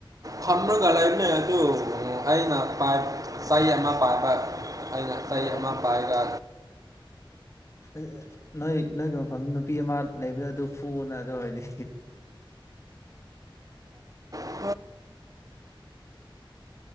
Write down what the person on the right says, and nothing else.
ꯊꯝꯃꯒ ꯂꯩꯃꯦ ꯑꯗꯨ ꯑꯩꯅ ꯆꯍꯤ ꯑꯃ ꯄꯥꯏꯕ ꯑꯩꯩꯅ
ꯆꯩ ꯑꯃ ꯄꯥꯏꯔꯒ
ꯍ